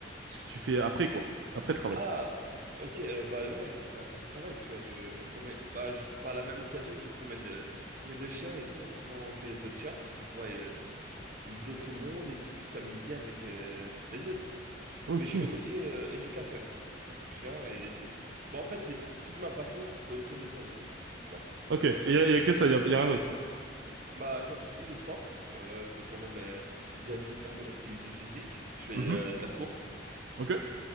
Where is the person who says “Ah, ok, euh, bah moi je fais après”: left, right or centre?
Right